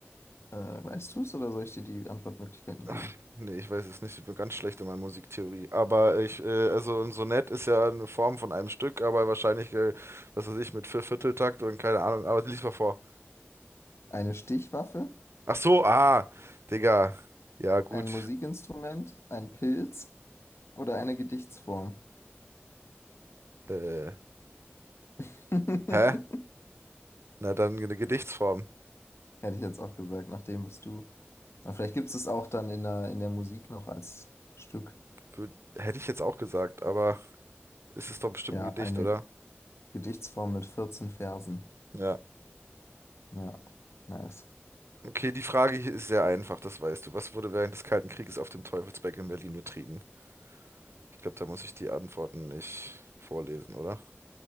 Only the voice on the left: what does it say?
äh, weißt du es, oder soll ich dir die Antwortmöglichkeiten
geben?
Eine Stichwaffe,
ein Musikinstrument, ein Pilz oder eine Gedichtsform?
<laughs> Hätte
ich jetzt auch gesagt, nach dem, was du Aber vielleicht gibt es es auch dann in der, in der Musik noch als Stück.
Ja,
eine
Gedichtsform mit 14 Versen.
Ja, nice.